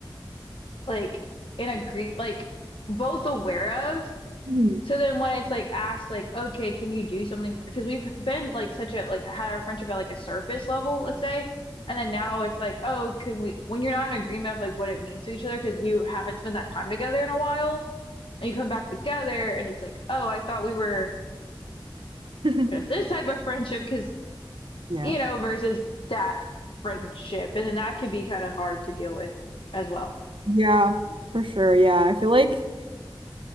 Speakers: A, on the left; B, on the right.
A: like in agree, like both aware of,
B: agree.
A: So then when it's like asked like, okay, can you do something for, because we've been like such a like had our friendship at like a surface level, let's say, and then now it's like, oh, can we when you're not in agreement of like what it means to each other because you haven't spent that time together in a while, and you come back together and it's like, oh, I thought we were
B: Mhm.
A: just this type of friendship because
B: <laughs> yeah
A: you know versus that friendship, and then that could be kind of hard to deal with as well.
B: yeah for sure yeah I feel like